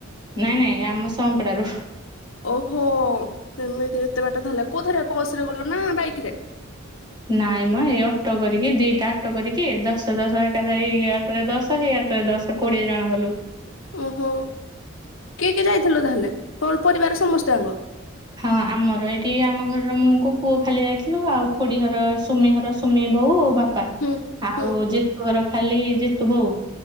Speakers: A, on the right (about 20°); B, on the left (about 75°).
A: ନାଇଁ ନାଇଁ ଆମ ସଁପଡାରୁ।
B: ଓହୋ ସେମିତି ଏତେ ବାଟ ତାହେଲେ କୋଉଥିରେ ବସରେ ଗଲ ନା ବାଇକରେ?
A: ନାଇଁ ମ ଏଇ ଅଟୋ କରିକି ଦିଇଟା ଅଟୋ କରିକି ଦଶ ଦଶ ଏକା ଦେଇ ଇଏ ଅ ସେଟାରେ ଦଶ ହେଇ ଆରଟାରେ ଦଶ କୋଡିଏ ଜଣ ଗଲୁ।
B: ଓହୋ କିଏ କିଏ ଯାଇଥିଲ ତାହେଲେ ପ ପରିବାର ସମସ୍ତେ ଆଙ୍କ?
A: ହଁ ଆମର ଏଇଠି ଆମ ଘରର ମୁଁକୁ ପୁଅ ଖାଲି ଯାଇଥିଲୁ ଆଉ ଖୁଡି ଘର ସୁମି ହର ସୁମି ବୋଉ ବା ପା
B: ହୁଁ
A: ଆଉ
B: ହୁଁ
A: ଜିତୁ ଘର ଖାଲି ଜିତୁ ବୋଉ।